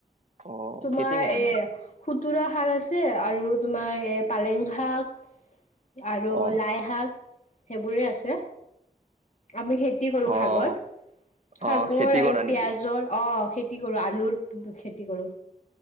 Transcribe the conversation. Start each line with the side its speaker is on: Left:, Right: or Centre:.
Right: অ'
Left: তোমাৰ
Right: খেতি কৰা
Left: এ
Right: নেকি?
Left: খুতুৰা শাক আছে আৰু তোমাৰ এ পালেং শাক। আৰু
Right: অ'
Left: লাই শাক সেইবোৰে আছে আমি হেই- খেতি কৰো
Right: অ'
Left: সাগৰ সাগৰ
Right: অ' খেতি
Left: আৰু
Right: কৰা
Left: পিয়াজৰ
Right: নেকি?
Left: অঁ সেই- খেতি কৰো আলুৰ খেতি কৰো।